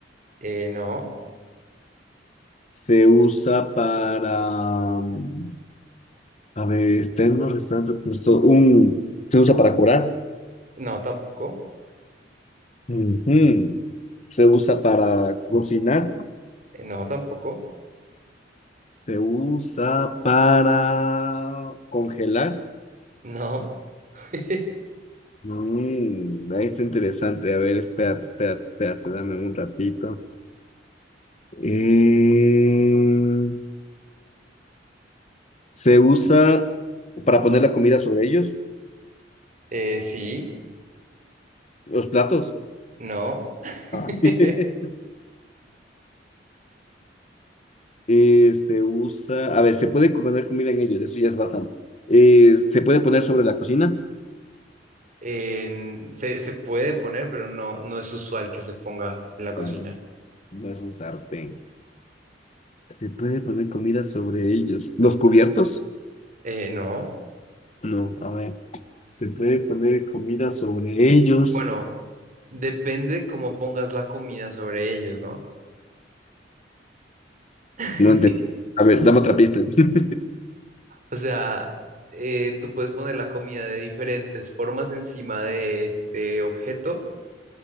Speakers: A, on the right; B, on the left.
A: Eh, no.
B: se usa para, mm, a ver, está en los restaurantes, pues, to- un, se usa para cobrar,
A: No, tampoco.
B: Ujú. Se usa para cocinar.
A: Eh, no, tampoco.
B: Se usa para congelar.
A: No. <laughs>
B: Mm, ahí está interesante. A ver, espérate, espérate, espérate, dame un ratito. Eh, se usa para poner la comida sobre ellos,
A: Eh, sí.
B: los platos.
A: No. <laughs>
B: Ah. <laughs> Eh, se usa, a ver, se puede poner comida en ellos, eso ya es bastante. Eh, se puede poner sobre la cocina.
A: En- se, se puede poner, pero no, no es usual que se ponga en la cocina.
B: Ya, No es un sartén. Se puede poner comida sobre ellos. ¿Los cubiertos?
A: Eh, no.
B: No, a ver. Se puede poner comida sobre ellos.
A: Bueno, depende cómo pongas la comida sobre ellos, ¿no? <laughs>
B: No entendí. A ver, dame otra pista. <laughs>
A: O sea, eh, tú puedes poner la comida de diferentes formas encima de este objeto.